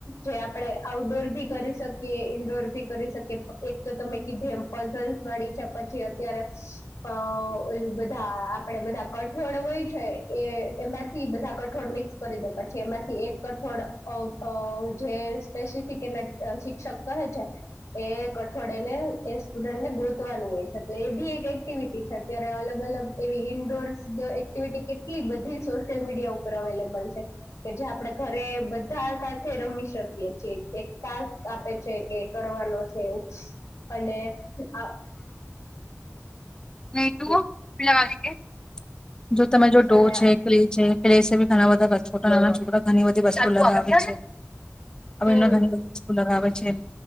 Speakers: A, on the left (about 75°); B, on the left (about 15°).
A: જે આપણે આઉટડોર ભી કરી શકીએ ઇન્ડોર ભી કરી શકે એક તો તમે કીધી એમ પઝલ વાળી છે પછી અત્યારે અ ઓલું બધા આપડે બધા કઠોળ હોય છે એમાંથી બધા કઠોળ મિક્સ કરી દે પછી એમાંથી એક કઠોળ જે સ્પેસિફિક એના શિક્ષક કહે છે એ કઠોડે ને એ સ્ટુડન્ટ ને ગોતવાનું હોય છે તો એ બી એક એક્ટિવિટી છે અત્યારે અલગ અલગ એવી ઇન્ડોર એક્ટિવિટી કેટલી બધી સોશિયલ મીડિયા ઉપર અવેલેબલ છે કે જે આપડે ઘરે બધા સાથે રમી શકીએ એક ટાસ્ આપે છે કે કરવાનો છે એ અને આ
B: નહી તુંલા વા કે જો તમે જો ડો
A: અને
B: છે કલી છે પ્લેસે બી ઘણા બધા છોકરા ઘણી બધી વસ્તુ લગાવે છે હવે
A: હમ
B: એને ઘણી બધી વસ્તુ લગાવે છે.